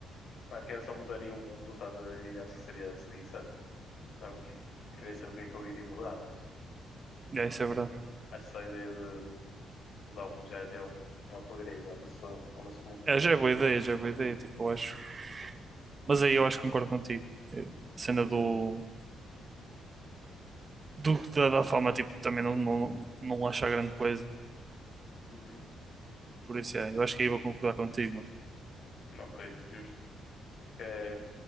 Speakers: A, on the left; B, on the right.
A: praticamente só mudaria o mundo, estás a ver? E acho que seria, seria insano. Não, que- queria saber o que é que eu iria mudar, mas
B: É, isso é verdade.
A: acho que só a ideia de mudar o mundo já, já é um, um upgrade ao nosso, ao nosso mundo.
B: É, já é boa ideia, já é boa ideia. Tipo, eu acho Mas aí eu acho que concordo contigo. É, A cena do, do da, da fama, tipo, também não, não, não acho a grande coisa.
A: Uhum.
B: Por isso, é, eu acho que aí vou concordar contigo, mano.
A: Ok, justo. Acho que é.